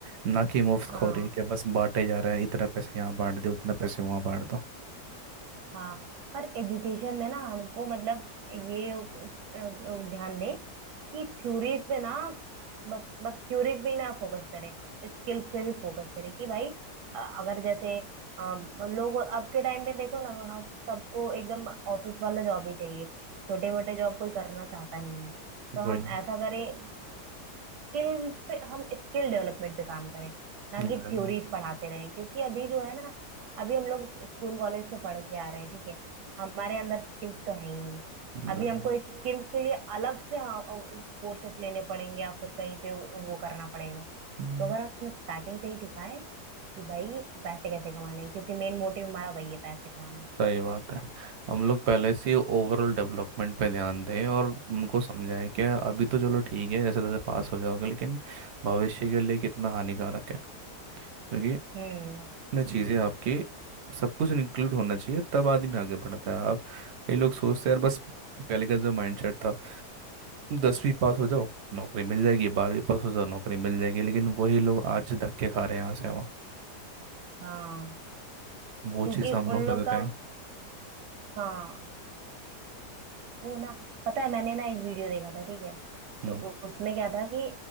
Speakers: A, on the right; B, on the right.
A: ना कि मुफ्त
B: हाँ
A: खोरी है कि बस बांटे जा रहे हैं इतना पैसे यहाँ बांट दे उतना पैसे वहाँ बांट दो
B: हाँ और एजुकेशन में ना हमको मतलब ये अ, अ, ध्यान दें कि थ्योरीज पे ना बस बस थ्योरीज पे ही ना फोकस करें स्किल्स पे भी फोकस करें कि भाई अ, अगर जैसे अ, लोग अब के टाइम में देखो ना हाँ, सबको एकदम ऑफिस वाला जॉब ही चाहिए छोटे मोटे जॉब कोई करना चाहता नहीं है तो
A: वही
B: हम ऐसा करें स्किल पे हम स्किल डेवलपमेंट पे काम करें ना
A: बिल्कुल,
B: कि थ्योरीज पढ़ाते रहें क्योंकि अभी जो है ना अभी हम लोग स्कूल कॉलेज से पढ़ के आ रहे हैं ठीक है हमारे अंदर स्किल्स तो है ही नहीं
A: बिल्कुल।
B: अभी हमको स्किल्स के लिए अलग से कोर्सेज लेने पड़ेंगे या फिर कहीं पे वो वो करना पड़ेगा
A: हम्म,
B: तो अगर हम स्टार्टिंग से ही सिखाएं कि भाई पैसे कैसे कमाने हैं क्योंकि मेन मोटिव हमारा वही है पैसे कमाना
A: सही बात है हम लोग पहले से ओवरऑल डेवलपमेंट पे ध्यान दें और उनको समझाएं कि अभी तो चलो ठीक है जैसे तैसे पास हो जाओगे लेकिन भविष्य के लिए कितना हानिकारक है क्योंकि
B: हम्म
A: में चीज़ें आपके सब कुछ इंक्लूड होना चाहिए तब आदमी आगे बढ़ता है आप कई लोग सोचते हैं यार बस पहले का जो माइंडसेट था दसवीं पास हो जाओ नौकरी मिल जाएगी बारहवीं पास हो जाओ नौकरी मिल जाएगी लेकिन वही लोग आज धक्के खा रहे हैं यहाँ से वहाँ
B: हाँ
A: वो
B: क्योंकि
A: चीज़ हम लोग
B: उन लोग
A: सोचते
B: का
A: हैं
B: हाँ वो ना पता है मैंने ना एक वीडियो देखा था ठीक है
A: हम्म
B: तो उ- उसमें क्या था कि